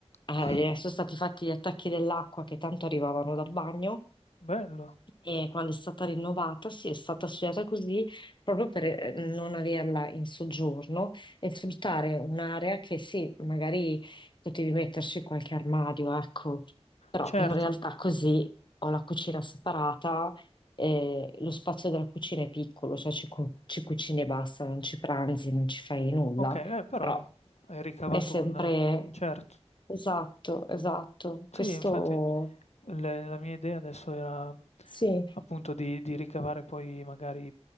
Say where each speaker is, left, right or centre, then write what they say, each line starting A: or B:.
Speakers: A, on the left; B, on the left.
A: Eh,
B: Ah,
A: sono stati fatti gli attacchi dell'acqua che tanto arrivavano dal bagno
B: bello.
A: e quando è stata rinnovata, sì, è stata studiata così proprio per eh, non averla in soggiorno e sfruttare un'area che sì, magari potevi metterci qualche armadio, ecco, però
B: Certo,
A: in realtà così ho la cucina separata. eh, lo spazio della cucina è piccolo, cioè ci, cu- ci cucini e basta, non ci pranzi, non ci fai nulla,
B: okay, eh, però
A: però
B: hai ricavato
A: è sempre
B: un certo.
A: esatto, esatto.
B: Sì,
A: Questo
B: infatti. Le la mia idea adesso era
A: sì,
B: appunto di di ricavare poi magari,